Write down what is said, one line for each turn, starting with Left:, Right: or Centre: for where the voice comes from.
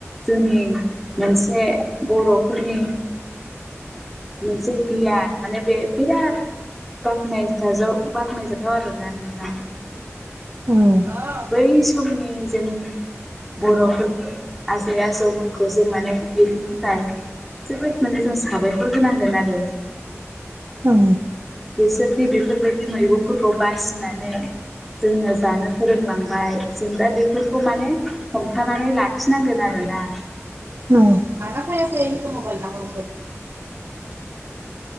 Centre: जोंनि मोनसे बर'फोरनि मोनसे गियान माने बे बिराद बाख्नायथाजाव बाख्नायजाथाव आरोना नोंथां
Right: औ
Centre: बै समनि जोंनि बर'फोरनि आजै आजौमोनखौ जों माने बेनि थाखाय जोबोद माने जों साबायखर होनांगोन आरो
Right: औ
Centre: बिसोरदि बेफोरबायदि मैगंफोरखौ बासिनानै जोंङो जानो फोरोंलांबाय जों दा बेफोरखौ माने हमथानानै लाखिनांगोन आरोना
Right: <unintelligible>